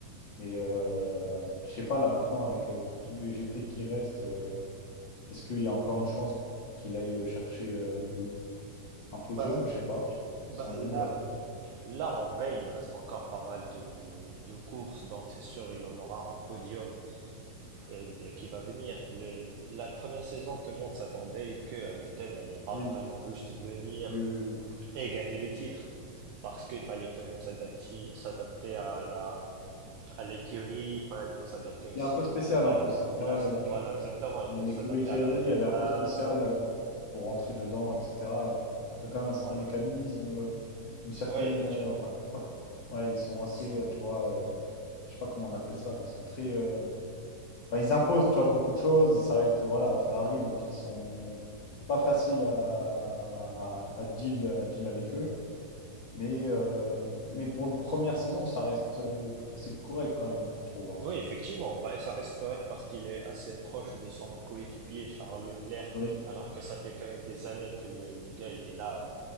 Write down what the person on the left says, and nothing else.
Et euh, je sais pas, là maintenant, avec euh, tous les GP qui restent, euh, est-ce qu'il y a encore une chance qu'il aille chercher euh, Un podium,
je sais pas. je sais pas.
Ça en
est où là?
Oui,
oui, oui, oui.
Il est un peu
spécial
en
plus.
hein. Ouais, ouais, l'écu-
ouais,
l'écurie
Ferrari,
elle est un peu spéciale euh, pour rentrer dedans, etc. T'as quand même un certain
mécanisme, euh, une certaine.
euh, Enfin, ça, quoi. ouais, ils sont
assez,
euh, tu vois, euh, je sais pas comment on appelle ça, mais ils sont très. euh, Enfin, ils imposent, tu vois, beaucoup de choses et ça reste, euh, voilà, Ferrari, donc ils sont pas faciles à, à, à deal, à deal avec eux. Mais, euh, mais pour une première saison, ça reste euh, assez correct quand même, je trouve. hein.
Oui.